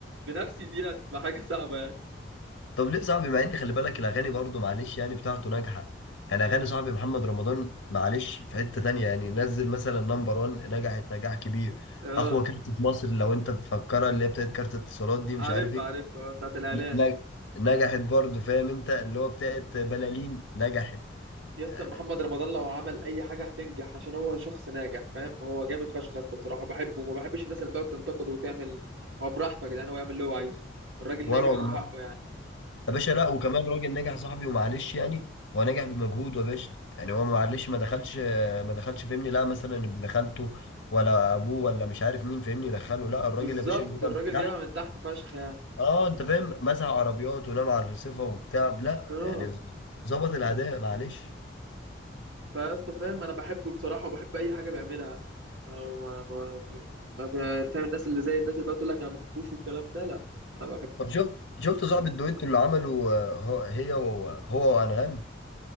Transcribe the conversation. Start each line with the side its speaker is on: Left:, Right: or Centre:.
Right: بنفسي دي هتبقى حاجه صعبه يعني
Left: طب ليه صاحبي مع ان خلي بالك الاغاني برضو معلش يعني بتاعته ناجحه يعني اغاني صاحبي محمد رمضان معلش في حته تانية يعني نزل مثلا نمبر 1 نجحت نجاح كبير
Right: اه
Left: اقوى كارت في مصر لو انت مفكرها اللي هي بتاعت كارت اتصالات دي مش
Right: عارف
Left: عارف ايه
Right: عارف آه، بتاعت الاعلان
Left: ن- نج- نجحت برضو فاهم انت اللي هو بتاعت بلالين نجحت
Right: يا اسطى
Left: آه،
Right: محمد رمضان لو عمل اي حاجه هتنجح عشان هو شخص ناجح فاهم هو جامد فشخ يا اسطى بصراحه بحبه وما بحبش الناس اللي بتقعد تنتقده وتعمل هو براحته يا جدعان هو يعمل اللي هو عايزه الراجل
Left: وانا
Right: ناجح
Left: والله
Right: وحقه يعني
Left: يا باشا لا وكمان راجل نجح صاحبي ومعلش يعني هو نجح بمجهوده يا باشا يعني هو معلش ما دخلش ما دخلش فهمني لا مثلا ابن خالته ولا ابوه ولا مش عارف مين فهمني دخله لا الراجل
Right: بالظبط
Left: يا باشا جايبها
Right: الراجل
Left: من تحت
Right: جايبها من تحت فشخ يعني
Left: اه انت فاهم مسح عربيات ونام على الرصيفه وبتاع لا
Right: اه
Left: يعني ز- ظبط الاداء معلش
Right: فيا اسطى فاهم انا بحبه بصراحه وبحب اي حاجه بيعملها ما ما ما, ما ما- فاهم الناس اللي زي الناس اللي بتقعد تقول لك انا ما بحبوش والكلام ده لا انا بحب
Left: طب شفت شفت صاحب الدويتو اللي عمله آه، هو هي وهو هو وانغام